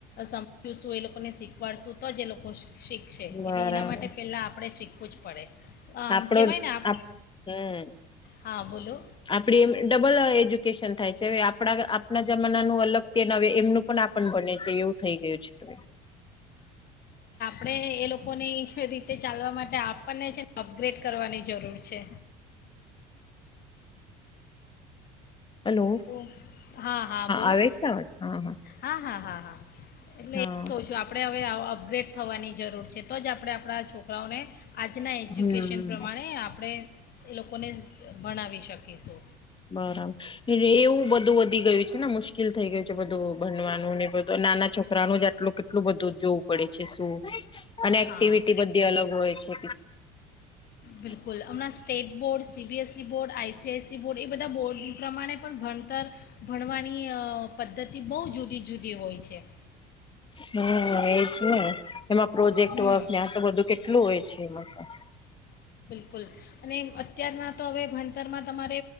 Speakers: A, on the left; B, on the left.
A: સમજું શું એ લોકોને શીખવાડશું તો જ એ લોકો શીખશે
B: બરાબર
A: એટલે એના માટે પહેલાં આપણે શીખવું પૂછ પડે. આમ
B: આપણો
A: કહેવાય ને આપ
B: હમ
A: હા બોલો
B: આપણી એમ ડબલ એજ્યુકેશન થાય છે હવે આ આપડા આપણા જમાનાનું અલગ પી હવે એમનું પણ આપણ ભને છે એવું થઈ ગયું છે હવે.
A: ણે એ લોકોની રીતે ચાલવા માટે આપણને છે ને અપગ્રેડ કરવાની જરૂર છે.
B: હલો
A: તો હા હા બોલો
B: આવે
A: ને
B: છે અવાજ હા
A: હા હા હા હા. એટલે
B: હા
A: એ જ કવ છું આપડે હવે અપગ્રેડ થવાની જરૂર છે તો જ આપણે આપણા છોકરાઓને આજના એજ્યુકેશન
B: હમ
A: પ્રમાણે આપણે એ લોકોને સ ભણાવી શકીશું.
B: બરાબર એ એવું ધું વધી ગયું છે ને મુશ્કેલ કેલ થઈ ગયું છે બધું ભનવાનુંને બધું નાના છોક રાઓ જ આટલું કેટલું બધું જોવું પડે. એ શું? અને એક્ટિવિટી
A: હા
B: બધી અલગ હોય છે.
A: બિલકુલ
B: <unintelligible>
A: હમણાં state board C B S E board આઈ. <unintelligible> બોર્ડ એ બધા બોર્ડ પ્રમાણે પણ ભણતર ભણવાની પદ્ધતિ બહુ જુદી જુદી હોય છે.
B: હમ એજ ને. એમાં પ્રોજેક્ટ
A: હમ
B: વર્ક ને આ તો બધું કેટલું હોય છે, એમાં પણ
A: કુલ અને અત્યારના તો હવે ભણતરમાં તમારે